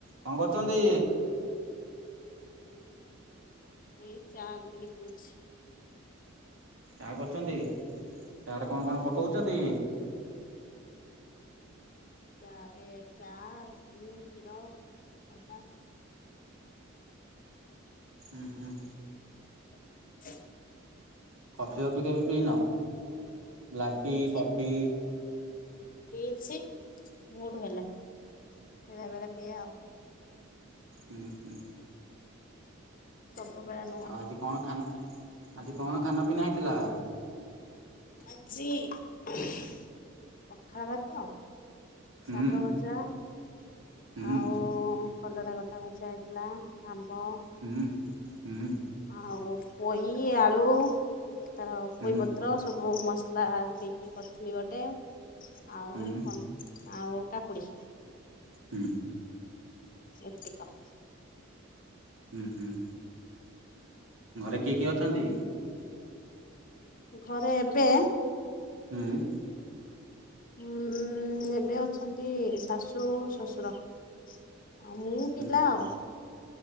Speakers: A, on the right; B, on the left.
A: କଣ କରୁଚନ୍ତି?
B: ଏଇ ଚା କରିକି ପିଉଛି।
A: ଚା କରୁଛନ୍ତି ଚାରେ କଣ
B: ମୁଁ
A: କଣ ପକାଉଛନ୍ତି?
B: ଚା ରେ ଏ ଚା ଚିନି, କ୍ଷୀର, ଅଦା।
A: ହୁଁ ହୁଁ।
B: <unintelligible>
A: କଫି କଫି କେବେ ପିଇନ ଲାଟି
B: ପିଇଛି
A: କଫି?
B: ପିଇଛି ମୁଡୁହେଲେ ହେଲା ବଳେ ବେଳେ ପିଇଆ ଆଉ।
A: ହୁଁ ହୁଁ।
B: ସବୁବେଳେ ନୁହଁ।
A: ଆଉ ଆଜି କଣ ଖାନା ଆଜି କଣ ଖାନା ପିନା ହେଇଥିଲା?
B: ଆଜି ପଖାଳ ଭାତ ଶାଗ
A: ହୁଁ
B: ଭଜା
A: ହୁଁ
B: ଆଉ କଲଡ଼ା ଗୋଟା ଭଜା ହେଇଥିଲା, ଆମ୍ବ
A: ହୁଁ ହୁଁ।
B: ଆଉ ପୋଇ, ଆଳୁ ତାର ପୋଇପତ୍ର,
A: ହୁଁ
B: ସବୁ ସବୁ ମ ଥିଲା ଦେଇକି କରିଥିଲି ଗୋଟେ ଆଉ
A: ହୁଁ
B: କ ଆଉ କାକୁଡି।
A: ହୁଁ।
B: ଏତିକ।
A: ହୁଁ ହୁଁ। ଘରେ କିଏ କିଏ ଅଛନ୍ତି?
B: ଘରେ ଏବେ
A: ହୁଁ।
B: ଉଁ ଏବେ ଅଛନ୍ତି ଶାଶୁ ଶ୍ୱଶୁର ଆଉ ମୁଁ ପିଲା
A: ହୁଁ
B: ଆଉ।